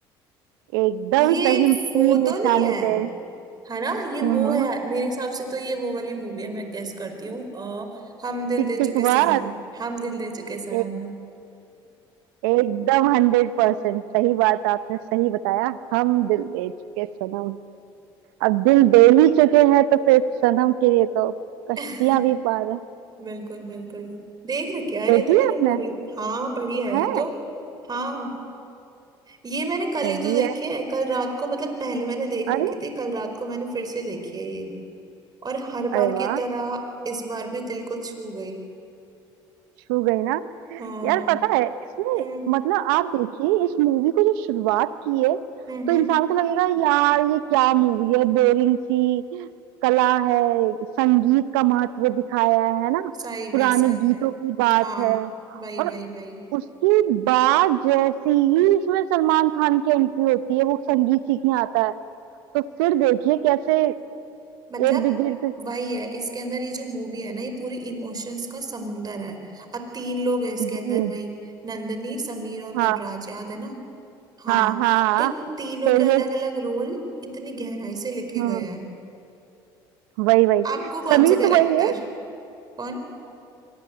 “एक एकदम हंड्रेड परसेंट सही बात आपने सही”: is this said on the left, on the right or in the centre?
Right